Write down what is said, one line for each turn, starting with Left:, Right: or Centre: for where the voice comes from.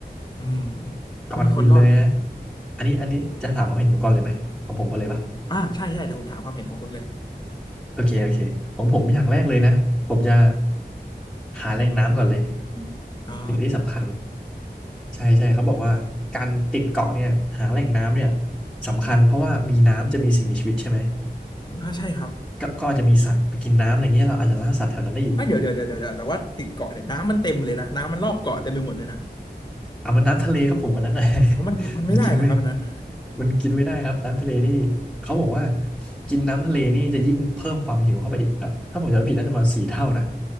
Left: อืม
Centre: ก่อนอื่นเลยนะ
Left: ไม่มีคนรอดเลย
Centre: อันนี้อันนี้จะถามความเห็นผมก่อนเลยไหมของผมก็เลยปะ
Left: อ่าใช่ใช่เดี๋ยวผมถามความเห็นของคุณเลย
Centre: โอเคโอเคของผมอย่างแรกเลยนะผมจะหาแหล่งน้ำก่อนเลย
Left: อ่า
Centre: สิ่งที่สำคัญ ใช่ใช่เขาบอกว่าการติดเกาะเนี่ยหาแหล่งน้ำเนี่ยสำคัญเพราะว่ามีน้ำจะมีสิ่งมีชีวิตใช่ไหม
Left: อ่าใช่ครับ
Centre: ก็ก็อาจจะมีสัตว์ไปกินน้ำอะไรเงี้ยเราอาจจะล่าสัตว์แถวนั้นได้อีก
Left: อ่าเดี๋ยวเดี๋ยวเดี๋ยวเดี๋ยวแต่ว่าติดเกาะเนี่ยน้ำมันเต็มเลยนะน้ำมันรอบเกาะเต็มไปหมดเลยนะ
Centre: เอามันน้ำทะเลครับผมวันนั้นนะ
Left: เพราะมันมันไม่ได้เลยครับอันนั้น
Centre: <laughs> มันกินไม่มันกินไม่ได้ครับน้ำทะเลนี่เขาบอกว่ากินน้ำทะเลนี่จะยิ่งเพิ่มความหิวเข้าไปอีกแบบถ้าผมจำไม่ผิดน่าจะประมาณสี่เท่านะ